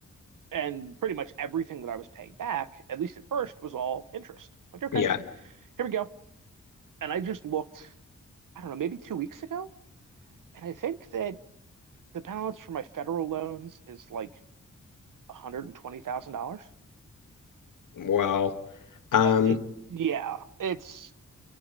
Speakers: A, on the right (about 80°); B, on the left (about 80°).
A: And pretty much everything that I was paying back, at least at first, was all interest. Like, okay,
B: Yeah,
A: here we go. And I just looked, I don't know, maybe two weeks ago. And I think that the balance for my federal loans is like $120,000.
B: Wow. Um,
A: Uh, it- yeah, it's